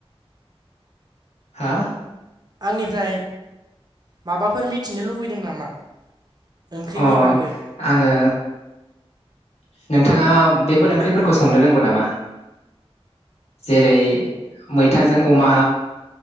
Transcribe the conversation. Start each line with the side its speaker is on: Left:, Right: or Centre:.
Left: हा
Right: आंनिफ्राय माबाफोर मिथिनो लुबैदों नामा? ओंख्रिनि
Left: अ
Right: बागै
Left: आङो नोंथाङा बेफोर ओंख्रिफोरखौ संनो रोंगौ नामा? जेरै मैथाजों अमा